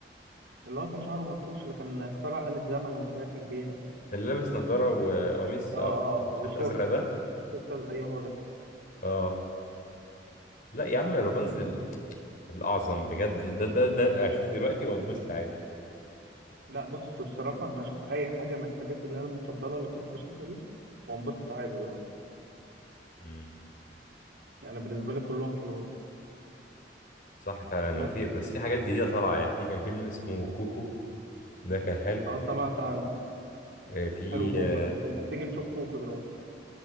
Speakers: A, on the right (about 90°); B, on the left (about 50°).
A: اللي هو كان شعره منكوش اللي كان اخترع آلة زمن وسافر بيها ده
B: اللي لابس نظاره وقميص
A: اه
B: ابيض وتيشيرت
A: اه وشورت
B: ازرق ده
A: شورت اي هو ده
B: اه لا يا عم روبانزل
A: مم.
B: الأعظم بجد ده ده ده أشوفه دلوقتي وأتبسط عادي
A: لا بص بصراحه انا اشوف اي حاجه من الحاجات اللي هي المفضله اللي كنت بشوفها دي وانبسط عادي دلوقتي
B: امم
A: يعني بالنسبه لي كلهم حلوين
B: صح فعلا
A: بس
B: وفي بس في حاجات جديدة طالعة يعني في كان فيلم اسمه كوكو ده كان حلو
A: اه سمعت عن
B: آه، في
A: حلو كوكو
B: آه،
A: ده طب ما تيجي نشوف كوكو دلوقتي